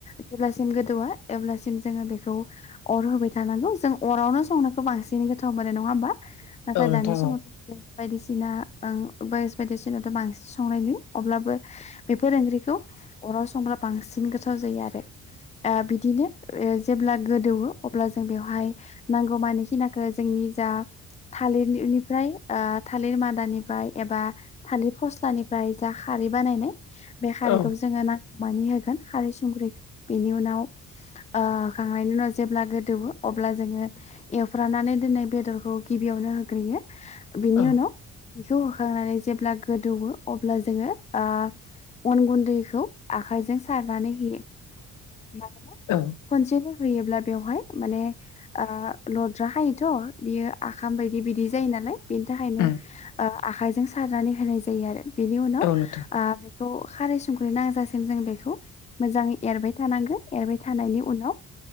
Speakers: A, on the left; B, on the left.
A: जेब्लासिम गोदौवा अब्लासिम जोङो बे खौ अर होबाय थानांगौ जों अरावनो संनायखौ बांसिन गोथाव मोनो नङा होमबा नाथाय
B: औ नोंथां
A: दानि समाव
B: औ
A: बायदिसिना ओं बायस बायदिसिनाथ' बांसिन संनाय नुयो अब्लाबो बेफोर ओंख्रिखौ अराव संग्रा बांसिन गोथाव जायो आरो ओ बिदिनो जेब्ला गोदौवो अब्ला जों बेवहाय नांगौ मानोखिनाखौ जोंनि जा थालिरनिफ्राय ओ थालिर मादानिफ्राय एबा थालिर फस्लानिफ्राय जा खारै बानायनाय बे खारैखौ
B: औ
A: जोङो नांगौमानि होगोन खारै संख्रिखौ बेनि उनाव ओ होखांनायनि उनाव जेब्ला गोदौवो अब्ला जोङो एवफ्रामनानै दोनै बेदरखौ गिबियावनो होग्रोयो बिनि
B: औ
A: उनाव बेखौ होखांनानै जेब्ला गोदौवो अब्ला जोङो आ अन गुन्दैखौ आ खाइजों सारनानै होयो मानोना
B: औ
A: खनसेनो होयोब्ला बेवहाय माने ओ लद्रा खायोथ' बियो आखाम बायदि बिदि जायो नालाय बिनि थाखायनो
B: उम
A: ओ आखाइजों सारनानै होनाय जायो आरो बेनि उनाव
B: औ नोंथां
A: आ बेखौ खारै संख्रै नांजासिम जों बेखौ मोजाङै एरबाय थानांगोन एरबाय थानायनि उनाव ओ